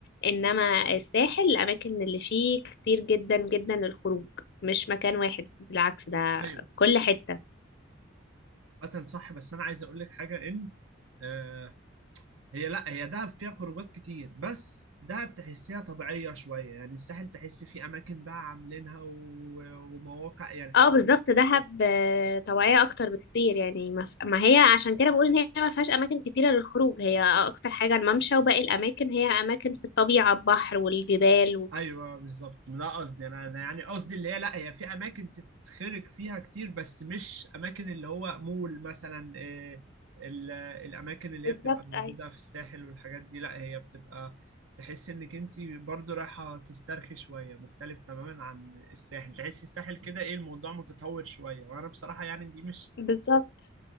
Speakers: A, on the left; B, on the right.
A: إنما الساحل الأماكن اللي فيه كتير جدا جدا للخروج مش مكان واحد بالعكس ده
B: ايوه
A: كل حتة
B: عامة صح بس انا عايز اقول لك حاجة ان آه هي لا هي دهب فيها خروجات كتير بس دهب تحسيها طبيعية شوية يعني الساحل تحس فيه اماكن بقى عاملينها و... ومواقع يعني
A: اه بالظبط دهب آه، طواعية أكتر بكتير يعني ما ف- ما هي عشان كده بقول إن هي ما فيهاش أماكن كتيرة للخروج هي أكتر حاجة الممشى وباقي الأماكن هي أماكن في الطبيعة البحر والجبال وكده
B: ايوه بالظبط ده قصدي انا انا يعني قصدي اللي هي لا هي في اماكن تتخرج فيها كتير بس مش اماكن اللي هو مول مثلا إيه ال- الاماكن اللي
A: بالظبط
B: هي بتبقى موجوده
A: أيوة
B: في الساحل والحاجات دي لا هي بتبقى تحس انك انت برضو رايحه تسترخي شويه مختلف تماما عن الساحل تحس الساحل كده ايه الموضوع متطور شويه وانا بصراحه يعني دي مش
A: بالظبط